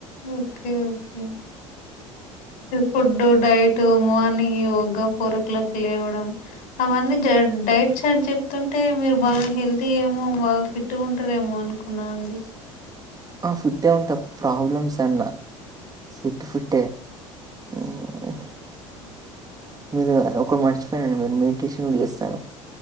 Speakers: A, on the left (about 55°); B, on the right (about 20°).
A: ఒకే okay food diet morning yoga four o'clock లేవడం అవన్నీ డైట్ చార్జ చెప్తుంటే మీరు బాగా హెల్తీ ఏమో బాగా ఫిట్గా ఉంటారేమో అనుకో, ఉన్నా నండి
B: ఆ ఫిట్టే ఉంటా ప్రాబ్లమ్స్ అన్నా ఫిట్ ఫిటే మ్మ్ మీరు ఒకటి మర్చిపోయినండి నేను మెడిటేషన్ కూడా చేస్తాను